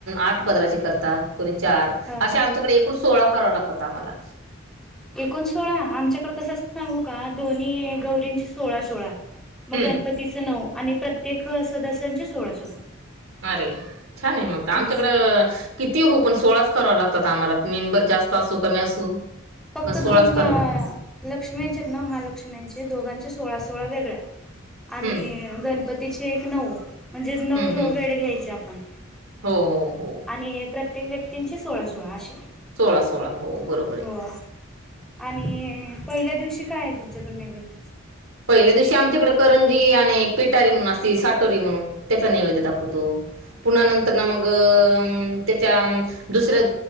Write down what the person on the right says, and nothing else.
आठ पदराच्या करतात कोणी चार
अशा आमच्याकडे- पण सोळा करावा लागत आम्हाला.
हम्म
अरे छान आहे मग आमच्याकडं.
किती हो पण सोळाच करावा लागतात आम्हाला मेंबर जास्त असू कमी असू..
पण सोळाच
कराव
हम्म
हम्म
हम्म
हो हो हो
सोळा सोळा हो बरोबर आहे.
पहिल्या दिवशी आमच्याकडे करंजी आणि पेटारी म्हणून असतील साटोरी म्हणून, त्याचा नैवेद्य दाखवतो पुन्हा
नंतर ना मग. त्याच्या दुसऱ्या